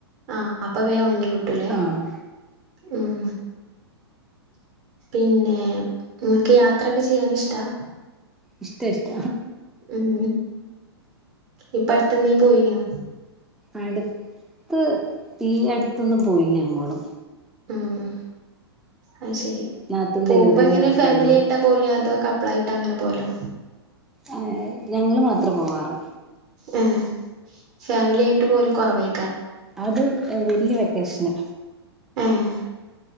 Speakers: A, on the right; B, in the centre.
A: ആ അപ്പ വേ ഒണങ്ങി കിട്ടൂല്ലേ
B: ആഹ്
A: ഉം പിന്നെ നിങ്ങക്ക് യാത്രയൊക്കെ ചെയ്യാൻ ഇഷ്ടാ
B: ഇഷ്ട ഇഷ്ട
A: ഉം ഇപ്പ അടുത്തന്നീ പോയിനോ
B: അടുത്ത് ഈ അടുത്തൊന്നും പോയില്ല എങ്ങോടും
A: ഉം ആ ശെരി
B: നാത്തൂൻ
A: പോകുമ്പോ
B: ഡെലിവറി കഴിഞ്ഞ്
A: ഇങ്ങനെ
B: കെടക്കായിരുന്നു
A: ഫാമിലി ആയിട്ടാ പോലെയ അതോ കപ്പ് പ്ലൈട്ട് അങ്ങനെ പോലോ
B: ആ ഞങ്ങള് മാത്രേ പോവാറ്
A: ആ ഫാമിലി ആയിട്ട് പോലെ കൊ റവെ
B: അത് വല്യ വെക്കേഷന്
A: ഏഹ്